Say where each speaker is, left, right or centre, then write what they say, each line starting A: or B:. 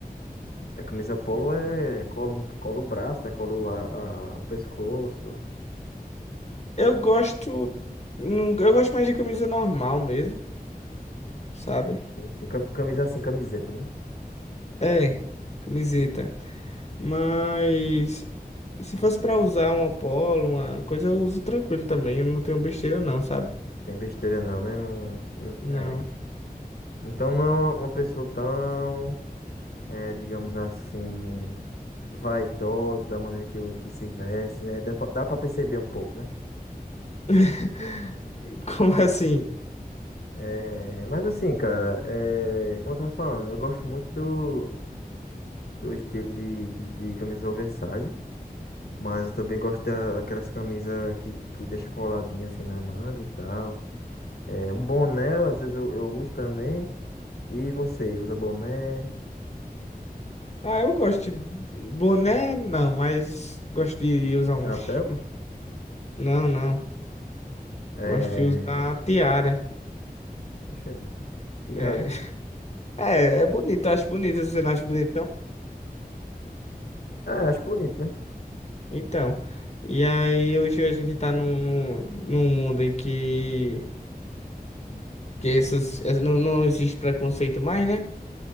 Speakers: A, on the left (about 80°); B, on the left (about 45°).
A: a camisa polo é, cola, o- cola o braço, né? Cola a, a- o pescoço,
B: Eu gosto. não- Eu gosto mais de camisa normal mesmo, sabe?
A: sim, sim, cam- camisa, assim, camiseta, né?
B: É, camiseta. Mas se fosse pra usar uma polo, uma coisa, eu uso tranquilo também. Eu não tenho besteira, não, sabe?
A: Tem besteira não, né? Não, não-
B: Não.
A: é. Então não é uma uma pessoa tão... é, digamos assim, vaidosa da maneira que, o- que se veste, né? Dá pra, dá pra perceber um pouco, né?
B: <laughs> Como assim?
A: É, mas assim, cara, é, como eu tava falando, eu gosto muito do, do estilo de, de, de camisa oversize, mas eu também gosto da- daquelas camisas que, que deixa coladinha assim na manga e tal. É, um boné, às vezes eu, eu uso também. E você, usa boné,
B: Ah, eu gosto de boné, não, mas gosto de usar uns.
A: chapéu?
B: Não, não.
A: É...
B: Gosto de usar tiara.
A: Oxente, tiara.
B: É, <laughs> é, é bonito, eu acho bonito. Você não acha bonito, não?
A: É, acho bonito, né?
B: Então, e aí hoje a gente tá num, num, num mundo em que, que essas, essa- não, não existe preconceito mais, né?